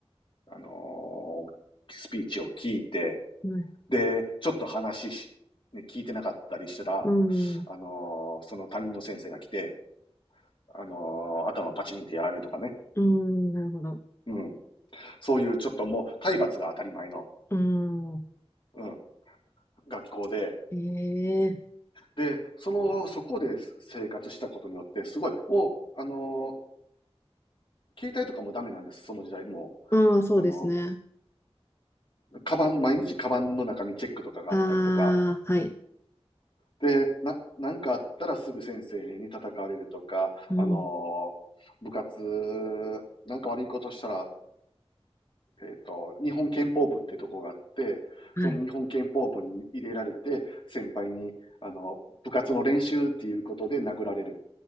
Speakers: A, on the left (about 50°); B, on the left (about 25°).
A: あのースピーチを聞いて、
B: はい。
A: で、ちょっと話し、ね、聞いてなかったりしたら、
B: うん。
A: あのーその担任の先生が来て、あのー頭パチンってやられるとかね。
B: うん。なるほど。
A: うん。そういうちょっともう体罰が当たり前の、
B: うん。
A: うん、学校で。
B: へえ。
A: で、その、そこで生活したことによって、すごい、もう、あのー携帯とかもダメなんです、その時代。も
B: うん、そうですね。
A: う、あのーカバン、毎日カバンの中身チェックとかがあったりとか、
B: ああ、はい。
A: で、な、なんかあったらすぐ先生に叩かれるとか、
B: うん。
A: あのー部活、なんか悪いことしたらえっと、日本憲法部ってとこがあって、
B: はい。
A: その日本憲法部に入れられて、先輩に、あの、部活の練習っていうことで殴られる。